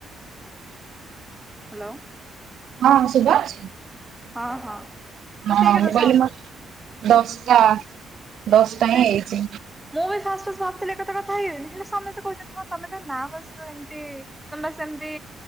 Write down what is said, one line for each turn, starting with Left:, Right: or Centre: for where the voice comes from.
Centre: ହାଲୋ।
Right: ହଁ ଶୁବା ଯାଉଛି।
Centre: ହଁ ହଁ। ତ
Right: ହଁ
Centre: ସେଇ କଥା
Right: ମୁଁ କହିଲି
Centre: ସ
Right: ମ ଦଶଟା।
Centre: ହଁ
Right: ଦଶଟା ହିଁ
Centre: <unintelligible>
Right: ହେଇଛି
Centre: ମୁଁ ବି ଫାଷ୍ଟ ଫାଷ୍ଟ ଭାବୁଥିଲି ଏ କଥା କଥା <unintelligible> ହେଲେ ସମସ୍ତେ କୋହୁଚନ୍ତି ହଁ ତମେ ତ ନାଁ ବସ୍ ଏମିତି ତମ ବାସ୍ ଏମତି